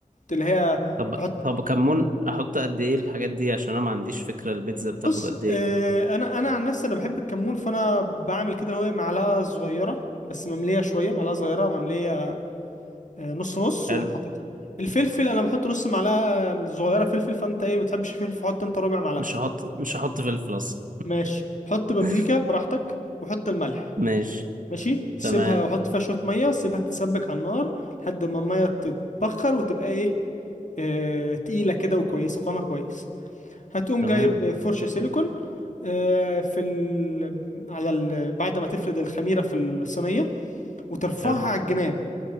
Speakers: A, on the left (about 60°); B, on the right (about 70°).
A: اللي هي
B: طب
A: تحط
B: طب كمون احط قد ايه الحاجات دي عشان انا ما عنديش فكره البيتزا بتاخد
A: بص
B: قد ايه
A: آه، انا انا عن نفسي انا بحب الكمون فانا بعمل كده هو معلقه صغيره بس ممليه شويه معلقه صغيره ممليه آه، نص نص
B: حلو
A: واقوم حاططها الفلفل انا بحط نص معلقه آه، صغيره فلفل فانت ايه ما بتحبش الفلفل فحط انت ربع معلقه
B: مش هحط مش هحط فلفل اصلا
A: ماشي حط بابريكا
B: <laughs>
A: براحتك وحط الملح
B: ماشي
A: ماشي سيبها
B: تمام
A: وحط فيها شويه ميه سيبها تتسبك على النار لحد ما الميه تتبخر وتبقى ايه آه، تقيله كده وكويسه قوامها كويس هتقوم
B: تمام
A: جايب فرشة سيليكون آه، في ال... على ال... بعد ما تفرد الخميرة في الصينية وترفعها
B: حلو
A: على الجناب